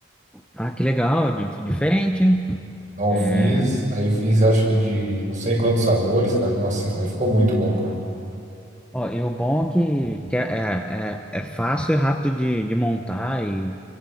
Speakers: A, in the centre; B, on the right.
A: ah, que legal, di- diferente, hein?
B: Não
A: É,
B: fiz, aí fiz acho que de não sei quantos sabores, cara. Nossa, mas ficou muito bom, cara.
A: ó, e o bom é que, que é, é, é é fácil e rápido de, de montar e,